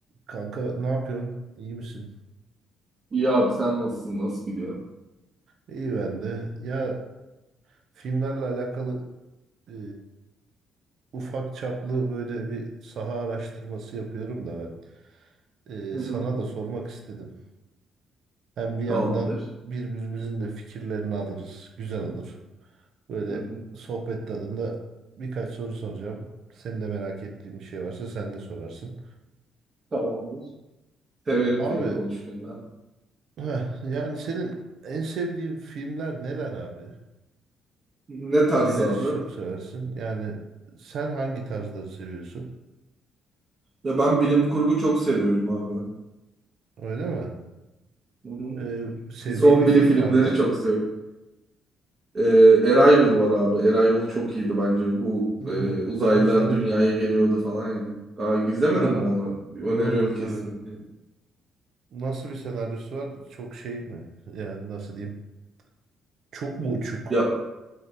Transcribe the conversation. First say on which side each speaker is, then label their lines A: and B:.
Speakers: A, on the right; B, on the right.
A: Kanka ne yapıyorsun? İyi misin?
B: İyi abi sen nasılsın? Nasıl gidiyor?
A: İyi ben de. Ya filmlerle alakalı e, ufak çaplı böyle bir saha araştırması yapıyorum da ben. E,
B: Hı
A: sana
B: hı.
A: da sormak istedim. Hem bir yandan
B: Tamamdır.
A: birbirimizin de fikirlerini alırız. Güzel olur. Böyle
B: Hı hı.
A: sohbet tadında birkaç soru soracağım. Senin de merak ettiğin bir şey varsa sen de sorarsın.
B: Tamamdır. Severim
A: Abi
B: film konuşmayı ben.
A: heh, yani senin en sevdiğin filmler neler abi?
B: Ne tarz
A: Neleri
B: abi?
A: çok seversin? Yani sen hangi tarzları seviyorsun?
B: Ya ben bilim kurgu çok seviyorum abi.
A: Öyle mi?
B: Hı hı.
A: Ee, sevdiğin
B: Zombili
A: bir film
B: filmleri
A: var mı?
B: çok seviyorum. Ee, Arrival var abi. Arrival çok iyiydi bence. Bu
A: Hmm,
B: e, uzaylılar
A: ben izlemedim
B: dünyaya
A: onu.
B: geliyordu falan ya. Aa, izlemedin
A: Ha,
B: mi onu?
A: yok
B: Öneriyorum
A: izlemedim.
B: kesinlikle.
A: Nasıl bir senaryosu var? Çok şey mi? Yani nasıl diyeyim? Çok mu uçuk?
B: Ya